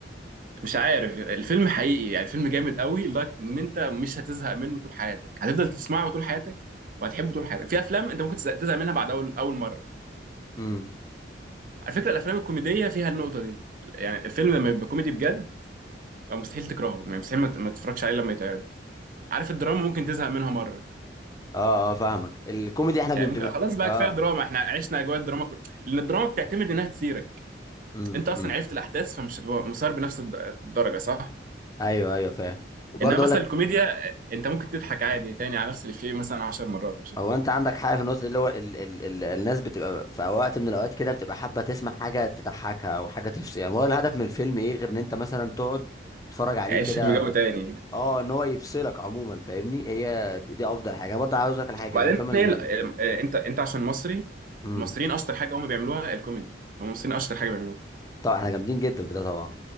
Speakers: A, on the right; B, on the left.
A: مش عارف الفيلم حقيقي يعني الفيلم جامد قوي لدرجه ان انت مش هتزهق منه طول حياتك هتفضل تسمعه طول حياتك وهتحبه طول حياتك في افلام انت ممكن تزهق تزهق منها بعد اول اول مره
B: امم
A: على فكره الافلام الكوميديه فيها النقطه دي يعني الفيلم لما يبقى كوميدي بجد آه، مستحيل تكرهه يعني مستحيل ما ت- ما تتفرجش عليه لما يتعرض عارف الدراما ممكن تزهق منها مره
B: اه اه فاهمك الكوميدي احنا بنبقى
A: يعني ممكن خلاص بقى
B: اه
A: كفايه دراما احنا عشنا اجواء الدراما كل... لان الدراما بتعتمد انها تثيرك
B: امم
A: انت اصلا
B: امم
A: عرفت الاحداث فمش هتبقى مثار بنفس الد- الدرجه صح
B: ايوه ايوه فاهم وبرضه
A: انما مثلا
B: اقول لك
A: الكوميديا انت ممكن تضحك عادي تاني على نفس الافيه مثلا 10 مرات مش هتزهق
B: هو انت عندك حق في النقطه دي اللي هو ال ال ال الناس بتبقى في وقت من الاوقات كده بتبقى حابه تسمع حاجه تضحكها او حاجه تفصل يعني هو الهدف من الفيلم ايه غير ان انت مثلا تقعد تتفرج عليه
A: يعيشك
B: كده
A: بجو تاني
B: اه ان هو يفصلك عموما فاهمني هي دي, دي افضل حاجه انا برضه عاوز اقول لك على حاجه
A: وبعدين
B: من الافلام اللي
A: هي ال- ال- إيه، انت انت عشان مصري
B: امم
A: المصريين اشطر حاجه هم بيعملوها الكوميدي هم المصريين اشطر حاجه بيعملوها
B: طبعا احنا جامدين جدا في ده طبعا